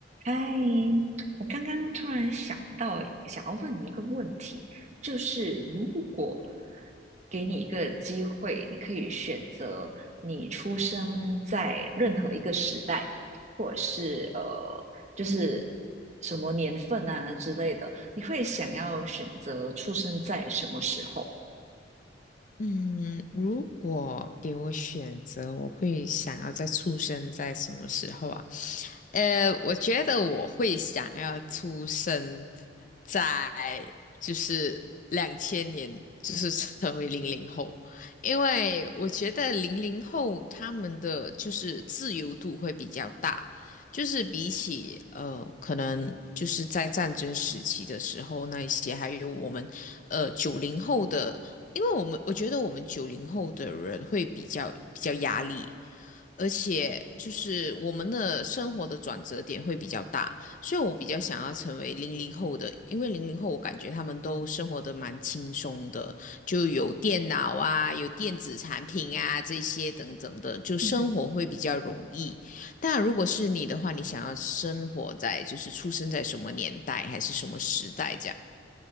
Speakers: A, on the right; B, on the left.
A: 嗨，我刚刚突然想到，想要问你一个问题，就是如果给你一个机会，你可以选择你出生在任何一个时代，或者是呃，就是什么年份啊之类的，你会想要选择出生在什么时候？
B: 嗯，如果给我选择，我会想要再出生在什么时候啊？呃，我觉得我会想要出生在就是两千年，就是成为零零后，因为我觉得零零后他们的就是自由度会比较大，就是比起呃，可能就是在战争时期的时候那一些，还有我们呃九零后的，因为我们我觉得我们九零后的人会比较比较压力。而且就是我们的生活的转折点会比较大，所以我比较想要成为零零后的，因为零零后我感觉他们都生活的蛮轻松的，就有电脑啊，有电子产品啊这些等等的，就生活会比较容易。
A: 嗯
B: 但如果是你的话，你想要生活在就是出生在什么年代还是什么时代这样？